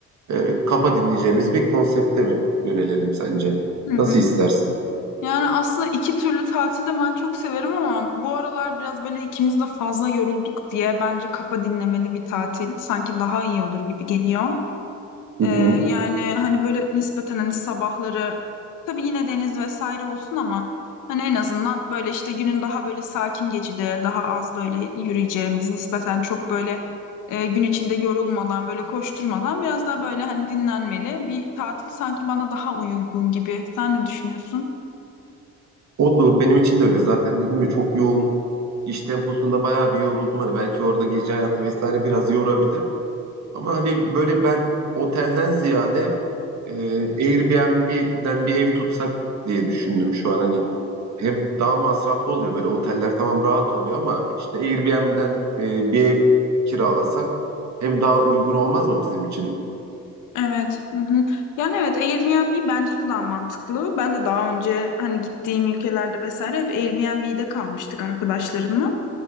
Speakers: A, on the right; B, on the left.
A: e, kafa dinleyeceğimiz bir konsepte mi yönelelim sence?
B: Hı
A: Nasıl
B: hı.
A: istersin?
B: Yani aslında iki türlü tatil de ben çok severim ama bu aralar biraz böyle ikimiz de fazla yorulduk diye bence kafa dinlemeli bir tatil sanki daha iyi olur gibi geliyor.
A: Hı
B: Ee,
A: hı.
B: yani hani böyle nispeten hani sabahları tabii yine deniz vesaire olsun ama hani en azından böyle işte günün daha böyle sakin geçide daha az böyle yürüyeceğimiz nispeten çok böyle e, gün içinde yorulmadan böyle koşturmadan biraz daha böyle hani dinlenmeli bir tatil sanki bana daha uygun gibi. Sen ne düşünüyorsun?
A: Olur benim için de öyle zaten dedim ya çok yoğun iş temposunda bayağı bir yoruldum. Hani belki orada gece hayatı vesaire biraz yorabilir. Ama hani böyle ben otelden ziyade e, Airbnb'den bir ev tutsak diye düşündüm şu an. Hani hem daha masraflı oluyor böyle oteller tamam rahat oluyor ama işte Airbnb'den e, bir ev kiralasak hem daha uygun olmaz mı bizim için?
B: Evet. Hı hı. Yani evet Airbnb bence de daha mantıklı. Ben de daha önce hani gittiğim ülkelerde vesaire hep Airbnb'de kalmıştık arkadaşlarımla.